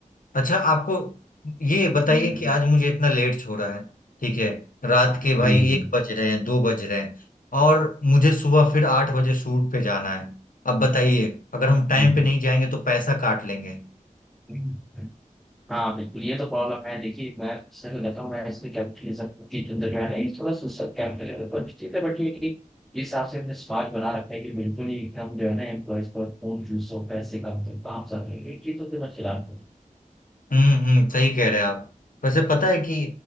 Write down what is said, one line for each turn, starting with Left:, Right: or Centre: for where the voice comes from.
Left: अच्छा आपको ये बताइए
Centre: हम्म,
Left: कि आज मुझे इतना लेट छोड़ा है ठीक है रात के भाई
Centre: जी जी
Left: एक बज रहे हैं दो बज रहे हैं और मुझे सुबह फिर आठ बजे शूट पे जाना है अब बताइए अगर हम टाइम
Centre: जी,
Left: पे नहीं जाएंगे तो पैसा काट लेंगे
Centre: जी। हाँ बिल्कुल ये तो प्रॉब्लम है देखिए मैं सही कहता हूँ मैं इसमें कैपिटलिज्म की चिंता जो है ना ये थोड़ा सा कैपिटलिज्म पर भी ठीक है बट ये कि इस हिसाब से हमने समाज बना रखा है कि बिल्कुल ही एकदम जो है ना एम्प्लॉयज पर खून चूसो पैसे कम करो काम सब है, ये चीजों के मैं खिलाफ हूँ
Left: हम्म हम्म सही कह रहे हैं आप वैसे पता है कि